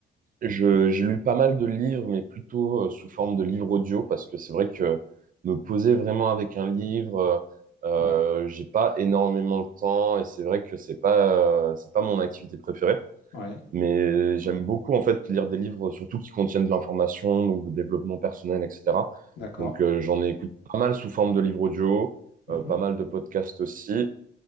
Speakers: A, on the right; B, on the left.
A: je, j'ai lu pas mal de livres, mais plutôt euh, sous forme de livres audio, parce que c'est vrai que me poser vraiment avec un livre, euh,
B: ouais,
A: j'ai pas énormément de temps, et c'est vrai que c'est pas, euh, c'est pas mon activité préférée.
B: ouais,
A: Mais j'aime beaucoup en fait lire des livres, surtout qui contiennent de l'information, donc de développement personnel, etc.
B: d'accord.
A: Donc, euh, j'en écoute pas mal sous forme de livres audio,
B: Mhm.
A: euh, pas mal de podcasts aussi.